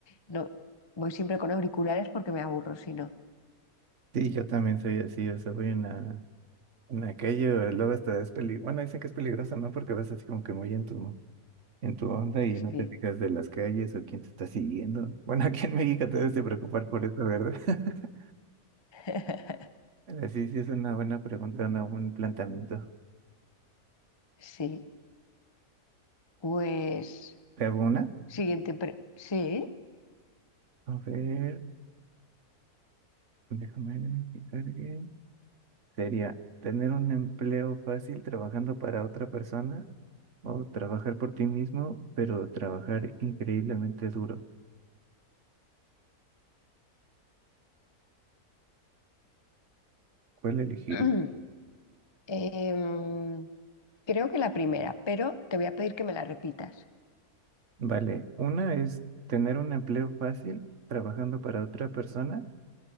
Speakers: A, on the left; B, on the right.
A: no, voy siempre con auriculares porque me aburro, si no.
B: Sí, yo también soy así, o sea, voy en la... En aquello, luego hasta es peli... Bueno, dicen que es peligroso, ¿no? Porque vas así como que muy entusiasmado en tu onda y
A: Sí,
B: no te fijas de las calles o quién te está siguiendo. <laughs> Bueno, aquí en México te debes de preocupar por eso, ¿verdad? <laughs>
A: <laughs>
B: Pero sí, sí es una buena pregunta, una, un buen planteamiento.
A: sí. Pues,
B: ¿Te hago una?
A: siguiente pre- Sí.
B: A ver, déjame ver que cargue. Sería tener un empleo fácil trabajando para otra persona o trabajar por ti mismo, pero trabajar increíblemente duro. ¿Cuál elegiría?
A: <clears throat> Em, Creo que la primera, pero te voy a pedir que me la repitas.
B: Vale, una es tener un empleo fácil trabajando para otra persona